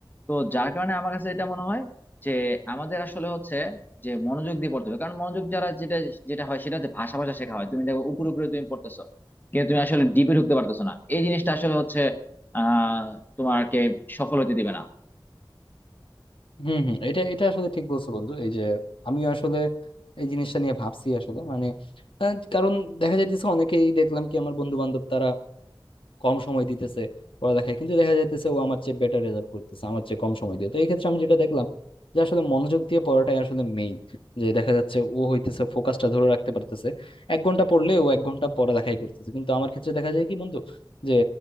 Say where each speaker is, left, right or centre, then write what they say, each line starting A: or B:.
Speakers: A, on the left (about 20°); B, on the left (about 85°).
A: তো যার কারণে আমার কাছে এটা মনে হয় যে আমাদের আসলে হচ্ছে যে মনোযোগ দিয়ে পড়তে হবে কারণ মনোযোগ যারা যেটা যেটা হয় সেটা হচ্ছে ভাষা ভাষা শেখা হয় তুমি দেখো উপরে উপরে তুমি পড়তেছো কিন্তু তুমি আসলে ডিপে ঢুকতে পারতেছো না এই জিনিসটা আসলে হচ্ছে আহ তোমাকে সফল হতে দিবে না
B: হম হম এটা এটা আসলে ঠিক বলছো বন্ধু এই যে আমি আসলে এই জিনিসটা নিয়ে ভাবছি আসলে মানে আহ, কারণ দেখা যাইতেছে অনেকেই দেখলাম কি আমার বন্ধু বান্ধব তারা কম সময় দিতেছে পড়ালেখায় কিন্তু দেখা যাইতেছে ও আমার চেয়ে বেটার রেজাল্ট করতেছে আমার চেয়ে কম সময় দিয়ে তো এই ক্ষেত্রে আমি যেটা দেখলাম যে আসলে মনোযোগ দিয়ে পড়াটাই আসলে মেইন যে দেখা যাচ্ছে ও হইতেছে ফোকাসটা ধরে রাখতে পারতেছে এক ঘন্টা পড়লে ও এক ঘন্টা পড়ালেখাই করতেছে কিন্তু আমার ক্ষেত্রে দেখা যায় কি বন্ধু যে